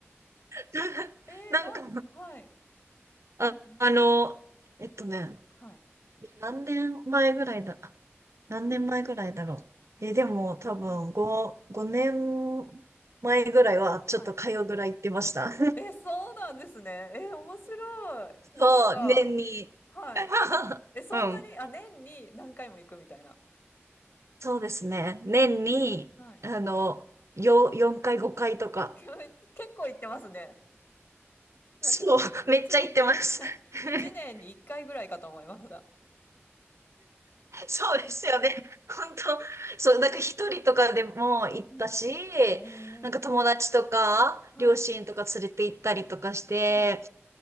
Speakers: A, on the right; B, on the left.
A: <laughs>
B: えー、
A: なんか、
B: な、はい。
A: あ、
B: うんうん。
A: あの、えっとね、
B: はい。
A: 何年前ぐらいだ、何年前ぐらいだろう。
B: うん
A: え、でも多分5、
B: はい。
A: 5年前ぐらいはちょっと通うぐらい行ってました。
B: はい。え、そうなんですね。え、面白い。
A: <laughs>
B: なんか、
A: そう、年に。
B: はい。
A: <laughs>
B: え、そんなに、
A: うん。
B: あ、年に何回も行くみたいな。
A: そうですね。年に、
B: はい。
A: あの、よ、4回5回とか。
B: あ、け結構行ってますね。なんか、
A: そう、めっちゃ行ってます。
B: 一 <laughs>、
A: <laughs>
B: 一年に一回ぐらいかと思いました。
A: そうですよね。本当、そう、なんか一人とかでも行ったし、
B: うんうん。へ
A: なんか友達とか、
B: え。はい。
A: 両親とか連れて行ったりとかして、
B: はい。